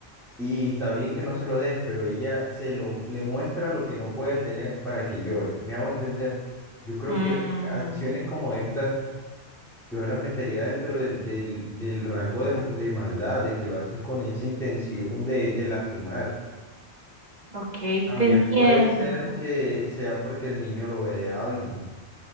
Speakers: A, in the centre; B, on the right (about 40°).
A: y está bien que no se lo des, pero ella se lo le muestra lo que no puede tener para que llore. ¿Me hago entender? Yo creo
B: Mm,
A: que acciones como estas, yo las metería dentro del, del, del rango de, de maldad, de que lo haces con esa intención de, de lastimar.
B: ok,
A: También
B: te entiendo.
A: puede ser que sea porque el niño lo ve de alguien.